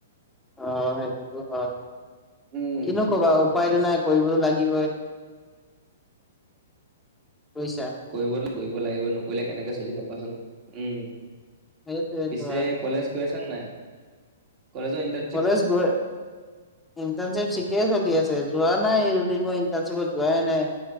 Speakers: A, in the centre; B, on the right.
A: অ, সেইটোতো হয়
B: উম।
A: কিনো কবা উপায়টো নাই। কৰিবতো লাগিবই। বুজিছা?
B: কৰিব কৰিব লাগিব নকৰিলে কেনেকে চলিব কোৱাচোন। উম,
A: সেইটোৱেটো
B: পিছে কলেজ গে আছা নে নাই? কলেজৰ ইন্টাৰ
A: কলেজ গৈ ইণ্টাৰ্ণশ্বপ থিকেই চলি আছে যোৱা নাই এইদিন মই ইন্টাৰ্ণশ্বিপত যোৱাই নাই।